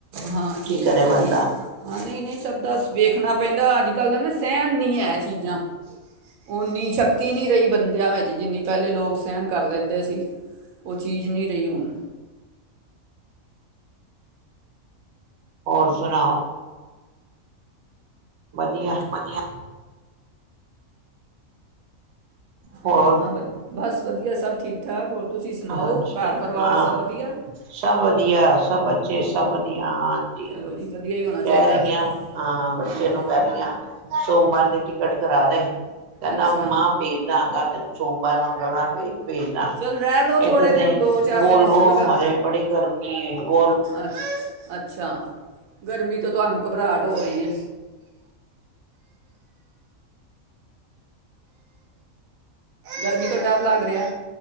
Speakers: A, on the right; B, on the right.
A: ਹਾਂ ਠੀਕ
B: ਕੀ ਕਰੇ
A: ਆ
B: ਬੰਦਾ
A: ਠੀਕ ਹਾਂ ਨਹੀਂ ਨਹੀਂ ਸਭ ਦਾ ਵੇਖਣਾ। ਪੈਂਦਾ ਅੱਜ ਕੱਲ ਦਾ ਨਾ ਸਹਿਣ ਨਹੀਂ ਹੈ ਚੀਜ਼ਾਂ, ਉਨੀ ਸ਼ਕਤੀ ਨਹੀਂ ਰਹੀ ਬੰਦਿਆਂ ਵਿੱਚ, ਜਿੰਨੀ ਪਹਿਲੇ ਲੋਕ ਸਹਿਣ ਕਰ ਲੈਂਦੇ ਸੀ, ਉਹ ਚੀਜ਼ ਨਹੀਂ ਰਹੀ ਹੁਣ।
B: ਹੋਰ ਸੁਣਾ <inaudible> ਵਧੀਆ
A: ਵਧੀਆ
B: ਹੋਰ
A: ਹਾਂ ਹਾਂ ਬਸ ਵਧੀਆ ਸਭ ਠੀਕ ਠੀਕ ਠਾਕ ਤੁਸੀਂ ਸੁਣਾਓ
B: ਹਾਂਜੀ
A: ਘਰ ਪਰਿਵਾਰ
B: ਹਾਂ
A: ਸਭ ਵਧੀਆ
B: ਸਭ ਵਧੀਆ ਸਭ ਬੱਚੇ ਸਭ ਵਧੀਆ ਹਾਂਜੀ
A: ਚਲੋ ਜੀ ਵਧੀਆ ਹੀ ਹੋਣਾ
B: ਕਹਿ
A: ਚਾਹੀਦਾ
B: ਰਹੀ
A: ਹੈ
B: ਹਾਂ
A: ਹਾਂ
B: ਬੱਚੇ ਨੂੰ ਕਹਿ ਰਹੀ ਹਾਂ ਸੋਮਵਾਰ ਦੀ ਟਿਕਟ ਕਰਾ ਦੇ ਕਹਿੰਦਾ
A: ਅੱਛਾ
B: ਮਾ ਭੇਜ ਦਿਆਂਗਾ ਤੈਨੂੰ। ਸੋਮਵਾਰ ਮੰਗਲਵਾਰ ਵੀ ਭੇਜਦਾ
A: ਚੱਲ ਰਹਿ ਲਓ ਥੋੜ੍ਹੇ
B: ਇੱਥੇ
A: ਦਿਨ
B: ਤੇ
A: ਦੋ ਚਾਰ
B: ਬੋਲਵੋ
A: ਦਿਨ ਹੋਰ ਲਗਾ
B: ਬੜੀ ਗਰਮੀ ਹੋ ਬੋਲਵੋ
A: ਅੱਛ ਅੱਛਾ ਗਰਮੀ ਤੋਂ ਤੁਹਾਨੂੰ ਘਬਰਾਹਟ ਹੋ ਰਹੀ ਹੈ ਗਰਮੀ ਤੋਂ ਡਰ ਲੱਗ ਰਿਹਾ